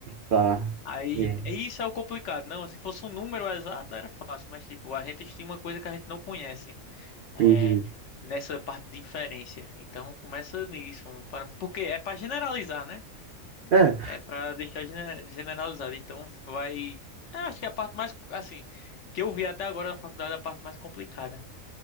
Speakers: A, on the right; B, on the left.
A: Tá.
B: Aí,
A: É.
B: é, isso é o complicado. Não, se fosse um número exato, era fácil, mas tipo, a gente estima uma coisa que a gente não conhece. é,
A: Entendi.
B: nessa parte de inferência. Então começa nisso, um, para, porque é para generalizar, né?
A: É,
B: É para deixar gener- generalizado. Então vai. Eu acho que é a parte mais assim que eu vi até agora na faculdade é a parte mais complicada.